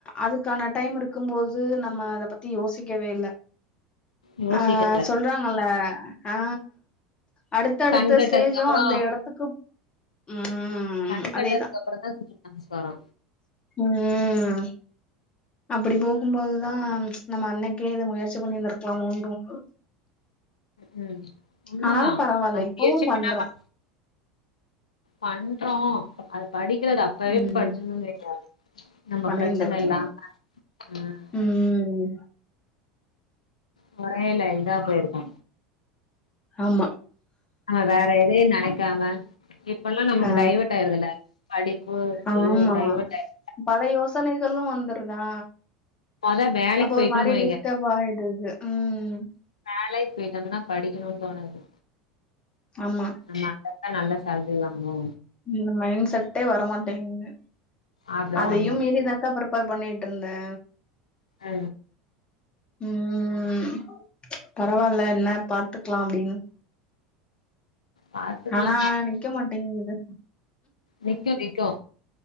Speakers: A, on the left; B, on the left.
A: அதுக்கான டைம் இருக்கும்போது நம்ம அத பத்தி யோசிக்கவே இல்ல
B: யோசிக்க
A: ஆ சொல்றாங்கல ஆ அடுத்தடுத்த
B: கண் கெட்டதுக்கு
A: ஸ்டேஜு
B: அப்புறோ
A: அந்த எடத் த்துக்குப் ம்
B: கண் கெட்டதுக்கு
A: அதேதா
B: அப்புறோ தா சூரிய நமஸ்காரோ
A: ம் அப்படி போ பாக்கும்போதுதா நம்ம அன்னைக்கே இத முயற்சி பண்ணிருந்திருக்லாமோன் தோணு
B: ம் ம் உண்ம
A: ஆனாலு
B: தா
A: பரவால்ல
B: நாம
A: இப்பவு
B: முயற்சி
A: பண்றோ
B: பண்ணாம பண்றோ அது படிக்கலடா படிப்பு
A: ம்
B: படிச்சிருந்தோம்னு வைங்க நம்ம
A: பண்ணிருந்திருக்கலா
B: பிரச்சனை இல்லாம ம்
A: ம்
B: கொறயல இதா போயிருக்கோ
A: ஆமா
B: ஆ வேற எதையு நெனைக்காம இப்பல்லா நமக்கு
A: ஆ
B: டைவர்ட் ஆயிருதுல்ல படிப்பு
A: ஆமா
B: ம் டைவர்ட் ஆயிரு
A: பல யோசனைகளு வந்துருதா
B: மொத வேலைக்கு
A: அப்ப
B: போயிட்டோன்னு
A: ஒரு மாரி டிஸ்டர்ப் ஆயிடுது ம்
B: வேலைக் பேய்ட்டு வந்தனா படிக்கணுன் தோணாது
A: ஆமா
B: நம்ம அப்பப்ப நல்ல சேல்ரி வாங்கணூ
A: இந்த மைண்ட செட்டே வரமாட்டேங்குது
B: அப்டிதா
A: அதையும்
B: வந்துரு
A: மீறி எதாது க்காப்ரிப்பர் பண்ணிட்ருந்தே
B: அ
A: ம் பரவால்ல என்ன பாத்துக்லா அப்டின்னு
B: பாத்துக்கலா
A: ஆனா நிக்க மாட்டேங்குது
B: நிக்கூ நிக்கூ